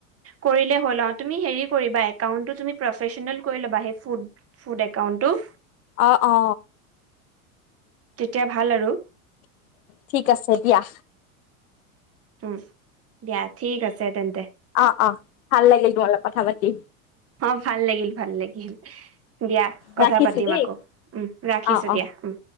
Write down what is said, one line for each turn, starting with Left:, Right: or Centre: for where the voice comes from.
Right: কৰিলে হ'ল অ তুমি হেৰি কৰিবা একাউণ্টতো তুমি প্ৰফেচনেল কৰি ল'বা সেই ফুুড একাউণ্টটো।
Left: অ, অ,
Right: তেতিয়া ভাল আৰু
Left: ঠিক আছে দিয়া।
Right: উম, দিয়া ঠিক আছে তেন্তে।
Left: অ অ, ভাল লাগিল তোমালোক কথা পাতি।
Right: অ ভাল লাগিল ভাল লাগিল, দিয়া কথা
Left: ৰাখিছো
Right: পাতিম
Left: দেই
Right: আকৌ উম ৰাখিছো
Left: অ
Right: দিয়া
Left: অ
Right: উম।